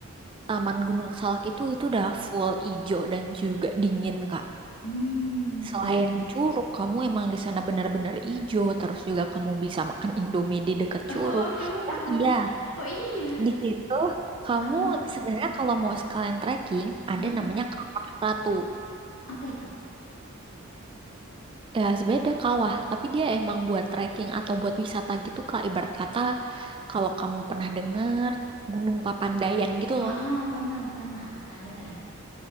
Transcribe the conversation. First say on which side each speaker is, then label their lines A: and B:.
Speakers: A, on the right; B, on the left.
A: Taman Gunung Salak itu itu udah full ijo dan juga dingin, Kak.
B: Hmm.
A: Selain
B: <laughs>
A: curug, kamu emang di sana benar-benar ijo. Terus juga kamu bisa makan Indomie di dekat
B: Oh,
A: curug.
B: duh, enak
A: Oh iya,
B: Oh iya.
A: di situ kamu
B: Heeh,
A: sebenarnya kalau mau sekalian trekking, ada
B: heeh.
A: namanya Kawah Ratu.
B: Apa itu?
A: Ya, sebenarnya ada kawah, tapi dia emang buat trekking atau buat wisata gitu, Kak. Ibarat kata, kalau kamu pernah dengar Gunung Papandayan gitu loh.
B: Ah ah, pernah, pernah, pernah dengar.